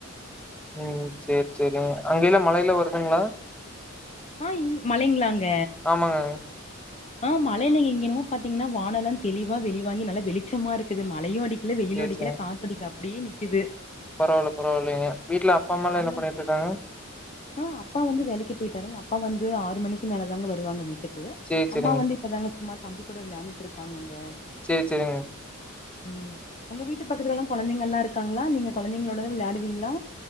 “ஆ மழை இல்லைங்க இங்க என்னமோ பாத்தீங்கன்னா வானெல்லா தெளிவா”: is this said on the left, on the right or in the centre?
Left